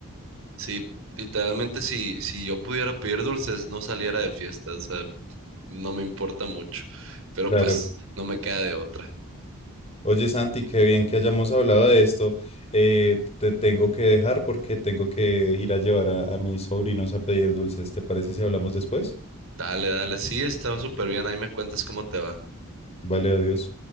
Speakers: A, on the right; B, on the left.
A: Sí, literalmente si, si yo pudiera pedir dulces, no saliera de fiesta, o sea, no me importa mucho, pero
B: Claro.
A: pues no me queda de otra.
B: Oye, Santi, qué bien que hayamos hablado de esto. Eh, te tengo que dejar porque tengo que ir a llevar a, a mis sobrinos a pedir dulces. ¿Te parece si hablamos después?
A: Dale, dale, sí, está súper bien, ahí me cuentas cómo te va.
B: Vale, adiós.